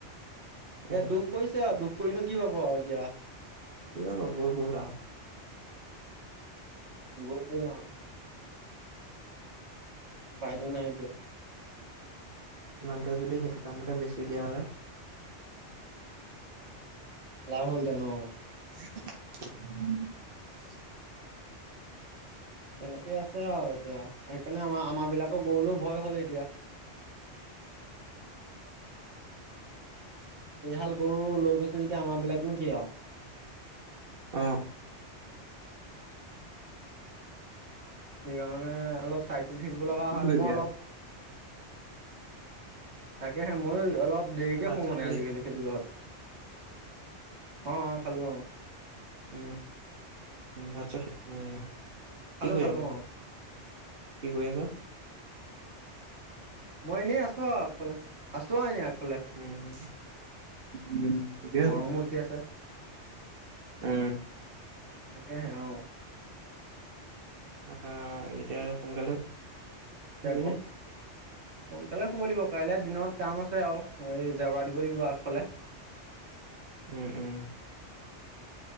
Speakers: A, on the right; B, on the right.
A: সেয়াই
B: এ দুখ কৰিছে আৰু দুখ কৰিনো কি পাব আৰু এতিয়া।
A: কি আৰু গ'ল - গ'ল আৰ
B: গ'ল - গ'ল আৰু। উপায়টো নাই এতিয়া।
A: মানুহটোৱে যদি সেইটো দামতে বেছি দিয়া হ'লে।
B: লাভ হলহেতেন অ,
A: <inaudible> <inaudible>
B: তেনেকেই আছে আৰু এতিয়া সেইকাৰণে আমাৰ আমাৰ বিলাকক গৰুলৈও ভয় হ'ল এতিয়া।
A: <inaudible>
B: এইহাল গৰু লৈ গৈছে যেতিয়া আমাৰ বিলাকনো কি আৰু
A: অ',
B: সেইকাৰণে অলপ চাই চিতি থাকিব লগা
A: কি
B: হয়
A: কৰিবি
B: মোৰ অলপ তাকেহে মইয়ো। অলপ
A: আৰু
B: দেৰিকে
A: ভাত
B: শুও
A: চাত
B: মানে
A: খালি?
B: আজিকালি সেইটো জহতে অ - অ খালো অ,
A: উম - উম ভাত চাত উম,
B: খালো
A: কি কৰি
B: - খালো
A: আছ
B: অ,
A: কি কৰি আছোঁ।
B: মই এনেই আছো আৰু আগফালে আছো আৰু ইয়াত।
A: উম, উম, ঠিকে
B: গৰমো
A: আছে
B: উঠি আছে
A: উ।
B: তাকে হে অ,
A: আহ, এতিয়া সোনকালে
B: দে
A: শুবি
B: ঘ
A: নে
B: সোনকালে শুব দিব কাইলে দিনত কাম আছে আৰু এই জেওৰা দিব লাগিব আগফালে
A: উম - উম।